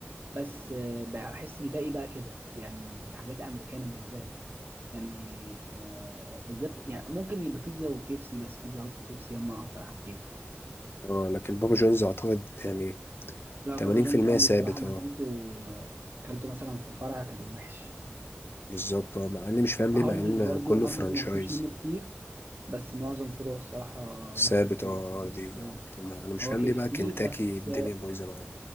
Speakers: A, on the right; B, on the left.
A: بس آه، بقى بحس الباقي بقى كده يعني حاجات امريكانه بالذات يعني آه، بالذات يعني ممكن يبقى بيتزا وكيف سي بس بيتزا هات وكيف سي هما اكتر حاجتين
B: اه لكن بابا جونز اعتقد يعني
A: لا بابا
B: 80%
A: جونز عمري
B: ثابت
A: صراحه ما
B: اه
A: كلته آه، كلته مثلا في فرع كان وحش
B: بالظبط اه مع اني مش فاهم ليه
A: هارديز
B: مع ان
A: برضو
B: كله
A: هارديز
B: فرانشايز
A: ما باكلش منه كتير بس معظم فروع الصراحه نفس
B: ثابت
A: الكواليتي
B: اه
A: بس
B: ار دي.
A: آه.
B: طب ما انا مش
A: هو
B: فاهم
A: كيف
B: ليه بقى
A: سي
B: كنتاكي
A: بس
B: الدنيا بايظه معاه